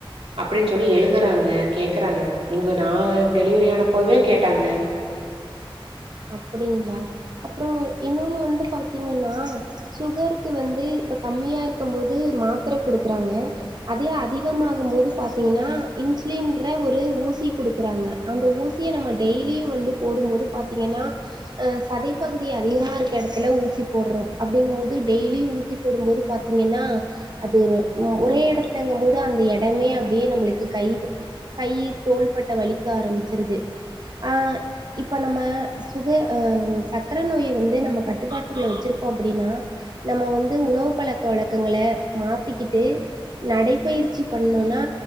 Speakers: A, on the right; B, on the right.
A: அப்டின்னு சொல்லி எழுதுறாங்க கேக்குறாங்க இங்க நா டெலிவிரி ஆனப்போவே கேட்டாங்க
B: அப்டிங்களா அப்பற இன்னொன்னு வந்து பாத்தீங்கன்னா சுகருக்கு வந்து இப்ப கம்மியா இருக்கும் போது மாத்திர குடுக்குறாங்க அதே அதிகமாகும் போது பாத்தீங்கன்னா இன்சுலின்ற ஒரு ஊசி குடுக்குறாங்க அந்த ஊசிய நம்ம டெய்லியு வந்து போடும்போது பாத்தீங்கனா அ சதைப்பகுதி அதிகமா இருக்க எடத்துல ஊசி போடுறோ அப்டிங்கும் போது டெய்லியு ஊசி போடும்போது பாத்திங்கன்னா அது ஒரே எடத்துலங்கம் போது அந்த எடமே அப்டியே நம்ளுக்கு கை கை தோள்பட்ட வலிக்க ஆரம்பிச்சுருது ஆ இப்ப நம்ம சுக அ சக்கர நோய வந்து நம்ம கட்டுப்பாட்டுக்குள்ள வச்சிருக்கோ அப்டின்னா நம்ம வந்து உணவு பழக்க வழக்கங்கள மாத்திக்கிட்டு நடைப்யிற்சி பண்ணோனா